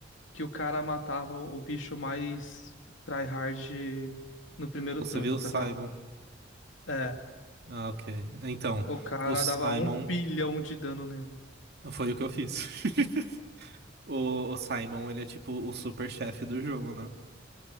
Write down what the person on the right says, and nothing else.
Ou
Você viu
o Simon?
Ah, ok. Então,
o Simon
foi o que eu fiz. <laughs> O, o Simon, ele é tipo o super chefe do jogo, né?